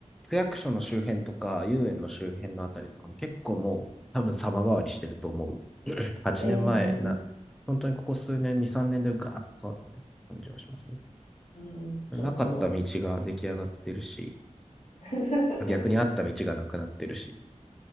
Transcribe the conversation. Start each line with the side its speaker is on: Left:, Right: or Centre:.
Centre: 区役所の周辺とか、遊園の周辺のあたりとかも結構もう、多分様変わりしてると思う。8年前な、
Left: て、
Centre: 本当にここ数年、2、3年でガーッと変わってる感じがしますね。
Left: うん、
Centre: なかった道が出来上がってるし、
Left: ちょっと。<laughs>
Centre: 逆にあった道がなくなってるし。